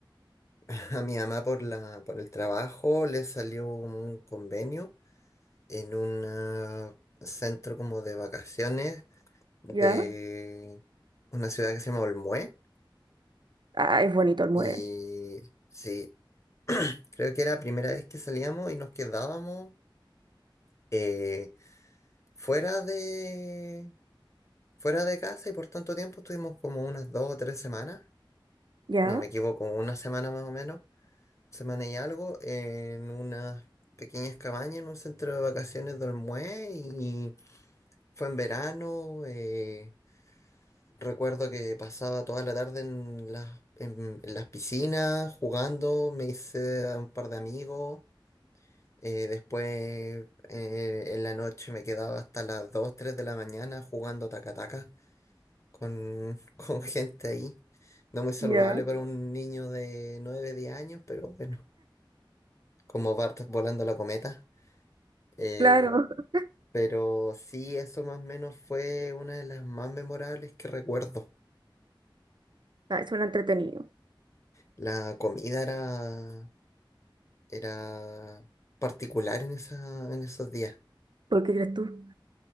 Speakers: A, on the left; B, on the right.
A: <laughs> a mi mamá por la, por el trabajo le salió un convenio en un ah, centro como de vacaciones de
B: ¿Ya?
A: una ciudad que se llama Olmué.
B: Ah, es bonito el mueve.
A: Y sí, creo que era la primera vez que salíamos y nos quedábamos eh, fuera de, fuera de casa y por tanto tiempo estuvimos como unas dos o tres semanas.
B: ¿Ya?
A: No me equivoco, una semana más o menos. semana y algo en unas pequeñas cabañas en un centro de vacaciones de Olmué y fue en verano. eh, recuerdo que pasaba toda la tarde en las, en, en las piscinas jugando, me hice a un par de amigos. eh, después eh, en la noche me quedaba hasta las 2 3 de la mañana jugando taca-taca con, <laughs> con gente ahí. No muy saludable
B: ¿Ya?
A: para un niño de 9 10 años, pero bueno, como Bart volando la cometa. Eh,
B: Claro. <laughs>
A: pero sí, eso más o menos fue una de las más memorables que recuerdo.
B: Ah, suena entretenido.
A: La comida era, era particular en esa, en esos días.
B: ¿Por qué crees tú?